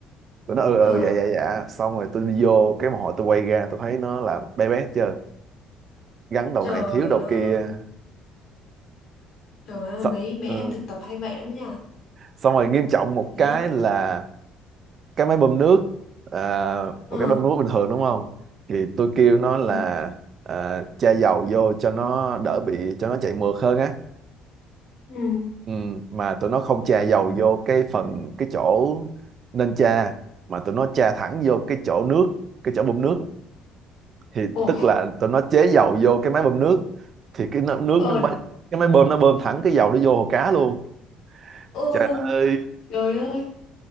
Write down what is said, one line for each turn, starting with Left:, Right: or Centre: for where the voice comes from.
Right: tụi nó ừ ừ
Left: ờ
Right: dạ dạ dạ xong rồi tôi đi vô cái một hồi tôi quay ra tôi thấy nó làm bé bé chưa gắn đầu
Left: trời
Right: này thiếu đầu
Left: ơi
Right: kia
Left: Trời ơi,
Right: Sợ-
Left: mấy mấy
Right: ừ.
Left: em thực tập hay vậy lắm nha.
Right: xong rồi nghiêm trọng một
Left: Mấy
Right: cái là cái máy bơm nước à, một
Left: ừ
Right: cái bơm nước bình thường đúng không thì tôi kêu nó là
Left: Ừ.
Right: à, cha dầu vô cho nó đỡ bị cho nó chạy mượt hơn á
Left: ừ.
Right: ừ, mà tụi nó không chà dầu vô cái phần cái chỗ nên chà mà tụi nó chà thẳng vô cái chỗ nước cái chỗ bơm nước thì
Left: Ồ,
Right: tức là tụi nó chế dầu vô cái máy bơm nước thì cái nó- nước
Left: ờ
Right: nó mới- cái máy bơm nó bơm thẳng cái dầu nó vô hồ cá luôn
Left: ừ.
Right: trời ơi
Left: Trời ơi,